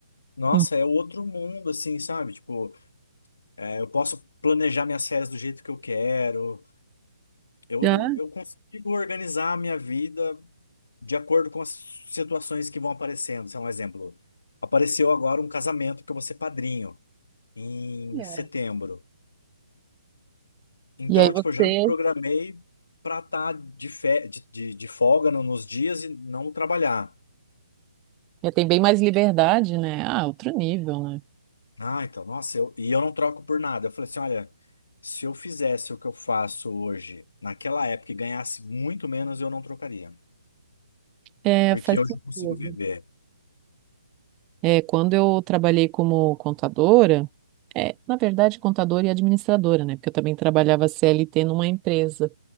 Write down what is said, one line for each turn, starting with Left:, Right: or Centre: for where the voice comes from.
Left: nossa,
Right: Hum.
Left: é outro mundo, assim, sabe? Tipo, é, eu posso planejar minhas férias do jeito que eu quero, eu,
Right: Já,
Left: eu, eu consigo organizar a minha vida de acordo com as situações que vão aparecendo. Sei lá, um exemplo, apareceu agora um casamento que eu vou ser padrinho, em
Right: é.
Left: setembro. Então,
Right: E aí você
Left: tipo, eu já me programei pra estar de, fe- de, de, de folga no- nos dias e não trabalhar.
Right: já tem bem mais liberdade, né? Ah, outro nível, né?
Left: Ah, então, nossa, eu, e eu não troco por nada. Eu falei assim, olha, se eu fizesse o que eu faço hoje, naquela época, e ganhasse muito menos, eu não trocaria.
Right: É,
Left: Porque
Right: faz
Left: hoje
Right: sentido.
Left: eu consigo viver.
Right: É, quando eu trabalhei como contadora, é, na verdade, contadora e administradora, né? Porque eu também trabalhava CLT numa empresa.